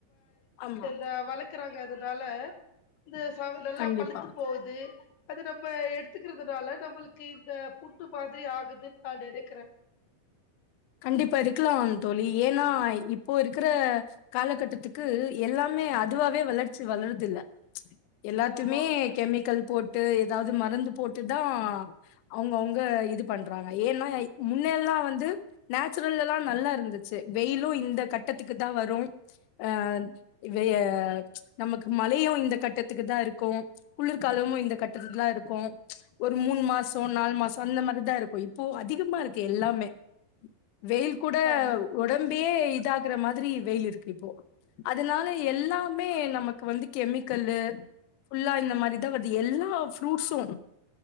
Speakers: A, on the left (about 85°); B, on the left (about 65°).
A: ஆமா
B: இந்த வளர்க்குறாங்க அதனால இந்த நல்லா
A: கண்டிப்பா
B: பழுத்து போகுது அது நம்ம இப்ப எடுத்துக்கிறதுனால நம்மளு க்கு இந்த புன்னு மாதிரி ஆகுதுன்னு நான் நினைக்கிறேன்
A: கண்டிப்பா இருக்கலாம் தோழி ஏன்னா இப்போ இருக்கிற காலகட்டத்துக்கு எல்லாமே அதுவாவே வளர்ச்சி வளருது இல்ல எல்லாத்தமே
B: ஆமா
A: கெமி கள் போட்டு ஏதாவது மருந்து போட்டு தான் அவங்கவுங்க இது பண்றாங்க ஏன்னா முன்னெல்லாம் வந்து நேச்சுரல்ல எல்லாம் நல்லா இருந்துச்சு வெயிலும் இந்த கட்டத்துக்கு தான் வரும் அஹ் வெயல் நமக்கு மழையும் இந்த கட்டத்துக்கு தான் இருக்கும் குளிர்காலமும் இந்த கட்டத்துக்கு தான் இருக்கும் ஒரு மூணு மாசம் நாலு மாசம் அந்த மாதிரிதான் இருக்கும் இப்போ அதிகமா இருக்கு எல்லாமே வெயில் கூட
B: ஆமா
A: உடம்பியே இதாகற மாதிரி வெயில் இருக்கு இப்போ அதனால எல்லாமே நமக்கு வந்து கெமிக்கல்லு ஃபுல்லா இந்த மாதிரிதா வருது எல்லா ஃப்ரூட்ஸ்சும்